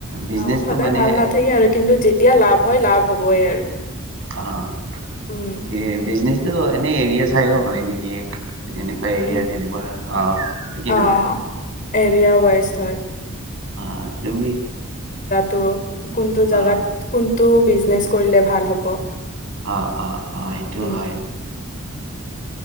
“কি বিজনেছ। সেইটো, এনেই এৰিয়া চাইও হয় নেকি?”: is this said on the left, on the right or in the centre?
Right